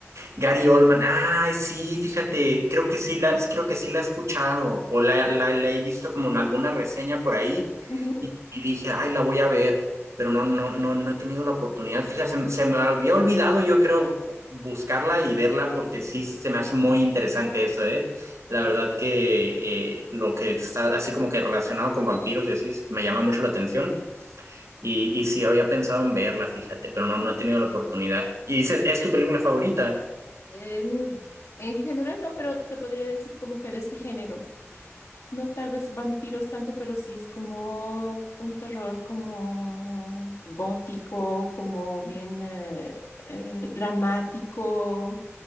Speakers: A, on the right; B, on the left.
A: Gary Oldman, ay, sí, fíjate, creo que sí la, creo que sí la he escuchado o la, la- la he visto como en alguna reseña por ahí
B: Ujú.
A: y, y dije, ay, la voy a ver, pero no, no, no, no he tenido la oportunidad. Fíjate, se, se me había olvidado, yo creo, buscarla y verla porque sí se me hace muy interesante eso, ¿eh? La verdad que eh, lo que está así como que relacionado con vampiros y así me llama mucho la atención. Y, y sí, había pensado en verla, fíjate, pero no, no he tenido la oportunidad. Y dices, ¿es tu película favorita?
B: En, en general no, pero te podría decir como que de este género. No tal vez vampiros tanto, pero sí es como un terror como gótico, como bien eh, eh, dramático.